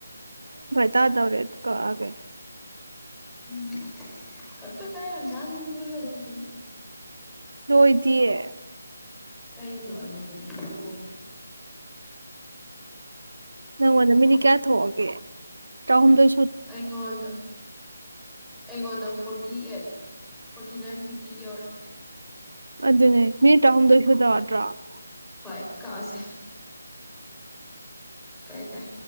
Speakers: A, on the right (about 85°); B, in the centre.
A: ꯇꯥ ꯗꯧꯔꯦ ꯀꯛꯑꯒꯦ
B: ꯎꯝ ꯈꯛꯇ ꯆꯔꯥ ꯌꯥꯥꯝ ꯆꯥꯔ ꯑꯗꯨꯝ ꯂꯣꯏꯒꯗꯧꯁꯤꯕꯣ
A: ꯂꯣꯏꯗꯤꯑꯦ
B: ꯀꯩꯒꯤꯅꯣ ꯑꯧꯉꯣꯟꯗꯗꯤ ꯂꯣꯏꯒꯤ
A: ꯅꯉꯣꯟꯗ ꯃꯤꯅꯤꯠ ꯀꯌꯥ ꯊꯣꯛꯑꯒꯦ ꯇꯥꯍꯨꯝꯗꯣꯏ
B: ꯑꯩꯉꯣꯟꯗ ꯑꯩꯉꯣꯟꯗ forty eight forty nine fifty ꯌꯧꯔꯦ
A: ꯑꯗꯨꯅꯦ ꯃꯤꯅꯤꯠ ꯇꯔꯥꯍꯨꯝꯗꯣꯍ ꯁꯨꯗꯧꯅꯠꯇꯔꯔ
B: ꯍꯣꯏ ꯀꯛꯑꯁꯦ ꯀꯛꯑꯦ ꯀꯛꯑꯦ